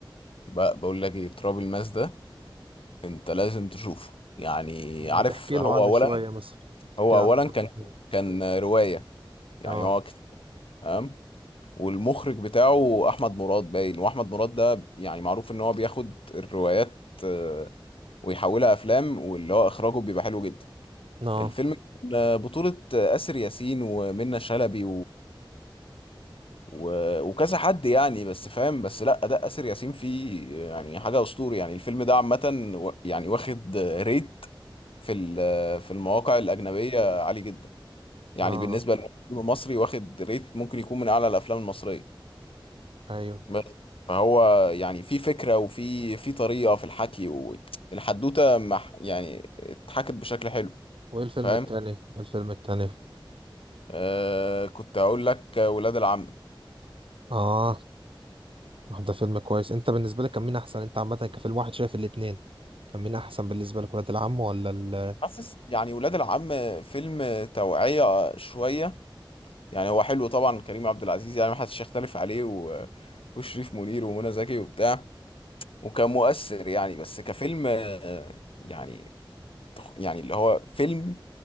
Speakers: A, on the left; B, on the right.
A: بقى بقول لك ايه تراب الماس ده انت لازم تشوفه يعني
B: ما
A: عارف
B: تحكي
A: هو
B: له عنه
A: اولا
B: شويه مثلا تحكي
A: هو
B: له
A: اولا
B: عنه
A: كان
B: شويه
A: كان روايه يعني
B: اه
A: هو كت- تمام والمخرج بتاعه احمد مراد باين واحمد مراد ده يعني معروف ان هو بياخد الروايات آه، ويحولها افلام واللي هو اخراجه بيبقى حلو جدا
B: اه
A: الفيلم كان آه، بطولة آه، آسر ياسين ومنة شلبي و... وكذا حد يعني بس فاهم بس لا اداء اسر ياسين فيه يعني حاجه اسطوري يعني الفيلم ده عامه و... يعني واخد ريت في ال- في المواقع الاجنبيه عالي جدا يعني
B: اه
A: بالنسبه للفيلم المصري واخد ريت ممكن يكون من اعلى الافلام المصريه
B: ايوه
A: بس فهو يعني في فكره وفي في طريقه في الحكي والحدوته مح... يعني اتحكت بشكل حلو
B: وايه الفيلم
A: فاهم
B: التاني إيه الفيلم التاني
A: آه كنت اقول لك ولاد العم
B: اه ده فيلم كويس انت بالنسبه لك كان مين احسن انت عامه كفيلم واحد شايف الاتنين كان مين احسن بالنسبه لك ولاد العم ولا ال...
A: حاسس يعني ولاد العم فيلم توعيه شويه يعني هو حلو طبعا كريم عبد العزيز يعني ما حدش يختلف عليه و... وشريف منير ومنى زكي وبتاع وكان مؤثر يعني بس كفيلم آه، يعني تخ- يعني اللي هو فيلم